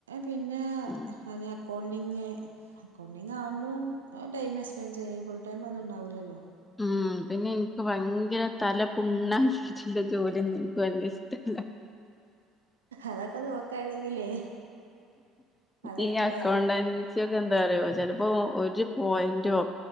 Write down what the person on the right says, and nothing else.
പിന്നെ
അ അക്കൗണ്ടിങ് അക്കൗണ്ടിങ്ങാകുമ്പോളും ടൈം എക്സ്പെൻഡ് ചെയ്യും ഫുൾ ടൈം ഒന്നും ഉണ്ടാവില്ലല്ലോ.
അതൊക്കെ നോക്കാണെങ്കിലേ അതൊക്കെ
വേ